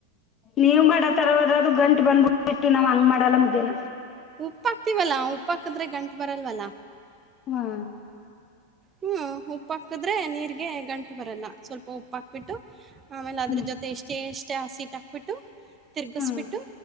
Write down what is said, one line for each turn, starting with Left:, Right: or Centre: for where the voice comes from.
Left: ನೀವ್ ಮಾಡತರವದ್ರ ಅದು ಗಂಟು ಬಂದ್ಬಟ್ಟ ಬಿಟ್ಟು ನಾವ್ ಹಂಗ ಮಾಡಲ್ಲ ಮುದ್ದೇನ
Right: ಉಪ್ಪ ಹಾಕ್ತಿವಲ್ಲಾ ಉಪ್ಪಾಕಿದ್ರೆ ಗಂಟ್ ಬರಲ್ವಲ್ಲ
Left: ಹಾ
Right: ಹ್ಮ್ ಉಪ್ಪ ಹಾಕದ್ರೆ ನೀರ್ಗೆ ಗಂಟು ಬರಲ್ಲ ಸ್ವಲ್ಪ ಉಪ್ಪಾಕ್ಬಿಟ್ಟು ಆಮೇಲೆ ಅದ್ರ
Left: ಹ್ಮ್
Right: ಜೊತೆ ಎಷ್ಟೇ ಎಷ್ಟೇ ಹಸೀಟ್ ಹಾಕ್ಬಿಟ್ಟು ತಿರ್ಗಿಸಬಿಟ್ಟು
Left: ಹ್ಮ್